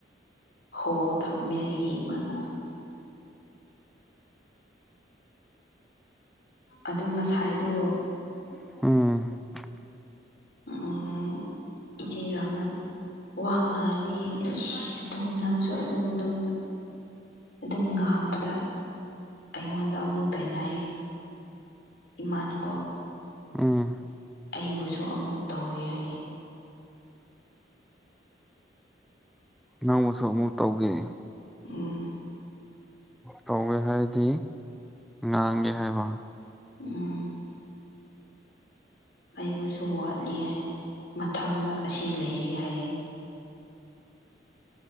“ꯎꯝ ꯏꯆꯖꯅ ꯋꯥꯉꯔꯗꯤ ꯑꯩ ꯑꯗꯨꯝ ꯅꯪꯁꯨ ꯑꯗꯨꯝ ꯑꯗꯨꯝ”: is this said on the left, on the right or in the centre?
Left